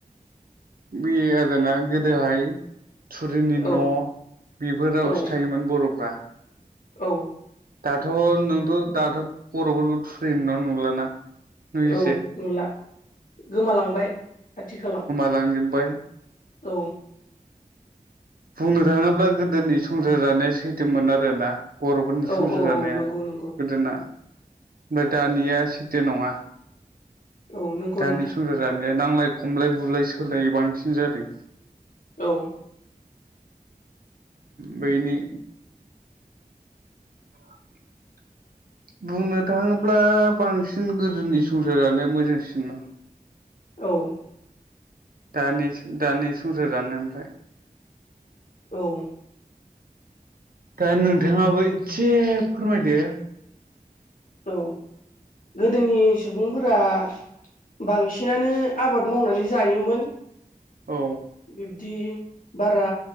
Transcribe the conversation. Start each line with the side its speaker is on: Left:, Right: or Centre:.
Right: बे आरोना गोदोहाय थुरिनि
Left: औ
Right: न' बेफोरावसो
Left: औ
Right: थायोमोन बरफ्रा
Left: औ
Right: दाथ' नोंथ' दाथ' बर'फोरखौ थुरि न' नुलाना नुयोसै
Left: औ नुला गोमालांबाय आथिखालाव
Right: लांजोबबाय
Left: औ
Right: बुंनो थाङोब्ला गोदोनि संसार जानाया सैथोमोन आरो ना बर'फोरनि संसार
Left: औ औ
Right: जानाया
Left: औ नंगौ नंगौ
Right: गोदोना ओमफ्राय दानिया सैथो नङा
Left: औ नंगौ
Right: दानि
Left: नोंथां
Right: संसार जानाया नांलाय खमलाय बुलाय सोलाय बांसिन जादों
Left: औ
Right: बेैनि <inaudible> बुंनो थाङोब्ला बांसिन गोदोनि संसार जानाया मोजांसिन मोन
Left: औ
Right: दानि दानि संसार जानाय निफ्राय
Left: औ
Right: दा नोंथाङाबो एसे फोरमायदो
Left: औ गोदोनि सुबुंफोरा बांसिनानो आबाद मावनानै जायोमोन।
Right: औ।
Left: बिब्दि बारा